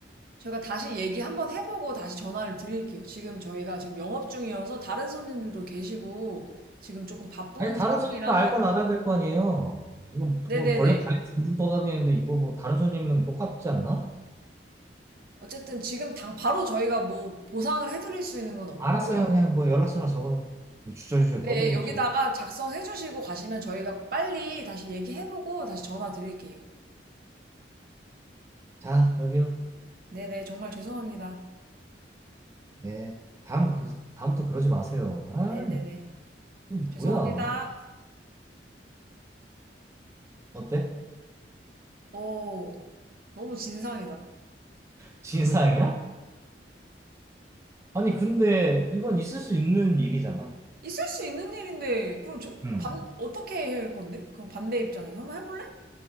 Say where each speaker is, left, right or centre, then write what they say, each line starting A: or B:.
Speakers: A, on the right; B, on the right.
A: 저희가 다시 얘기 한번 해보고 다시 전화를 드릴게요. 지금 저희가 지금 영업 중이어서 다른 손님들도 계시고, 지금 조금 바쁜
B: 아니, 다른
A: 상황이라,
B: 손님도 알건 알아야 될 거 아니에요. 이거
A: 네네네.
B: 뭐 벌레 다리 둥둥 떠다니는데 이거 뭐 다른 손님은 똑같지 않나?
A: 어쨌든 지금 당 바로 저희가 뭐 보상을 해드릴 수 있는 건 없고요.
B: 알았어요. 그냥 뭐 연락처나 적어요. 이 주저주저
A: 네,
B: 떠들고
A: 여기다가
B: 있지.
A: 작성해 주시고 가시면 저희가 빨리 다시 얘기해보고 다시 전화 드릴게요.
B: 자, 여기요.
A: 네네, 정말 죄송합니다.
B: 예. 다음, 그, 다음부터 그러지 마세요. 아,
A: 네네네.
B: 이거
A: 죄송합니다.
B: 뭐야. 어때?
A: 오, 너무 진상이다.
B: 진상이야? 아니, 근데 이건 있을 수 있는 일이잖아.
A: 있을 수 있는 일인데, 그럼 저,
B: 음.
A: 반, 어떻게 해야 할 건데? 그럼 반대 입장에서 한번 해볼래?